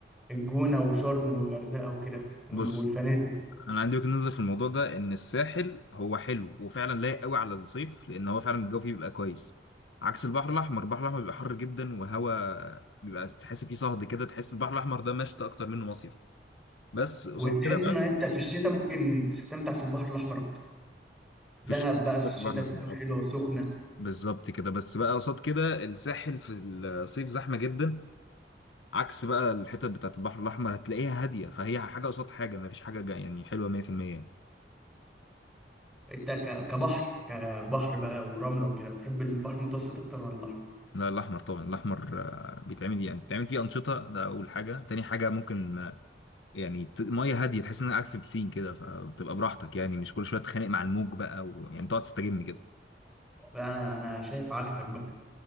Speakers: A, in the centre; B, on the left (about 80°).
A: الجونة وشرم وغردقة وكده وال-
B: بص
A: والفنادق
B: انا عندي وجهة نظر في الموضوع ده ان الساحل هو حلو وفعلا لايق قوي على الصيف لان هو فعلا الجو فيه بيبقى كويس عكس البحر الاحمر البحر الاحمر بيبقى حر جدا وهوا بيبقى تحس فيه صهد كده تحس البحر الاحمر ده مشتى اكتر منه مصيف بس قصاد
A: وتحس
B: كده بقى
A: ان انت في الشتاء ممكن تستمتع في البحر الاحمر اكتر دهب
B: في الشتاء
A: بقى في
B: في
A: الشتاء
B: البحر الاحمر
A: بتكون
B: اكتر
A: حلوة وسخنة
B: بالظبط كده بس بقى قصاد كده الساحل في الصيف زحمه جدا عكس بقى الحتت بتاعت البحر الاحمر هتلاقيها هاديه فهي حاجه قصاد حاجه ما فيش حاجه جا- يعني حلوه 100% يعني
A: انت ك- كبحر كبحر بقى ورملة وكده بتحب البحر المتوسط اكتر ولا الاحمر
B: لا الاحمر طبعا الاحمر آه، بيتعمل يعني بيتعمل فيه انشطه ده اول حاجه تاني حاجه ممكن آه، يعني ت- ميه هاديه تحس انك قاعد في بسين كده فبتبقى براحتك يعني مش كل شويه تتخانق مع الموج بقى و... يعني تقعد تستجم كده
A: لا انا انا شايف عكسك بقى